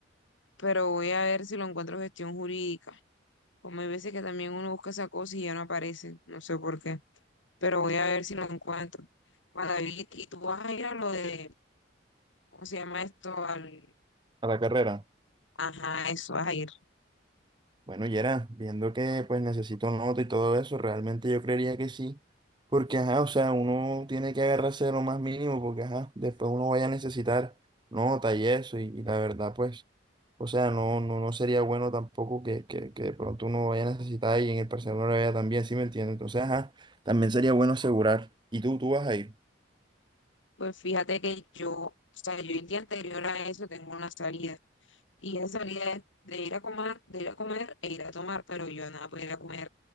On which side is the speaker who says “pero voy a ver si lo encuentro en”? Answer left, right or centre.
Left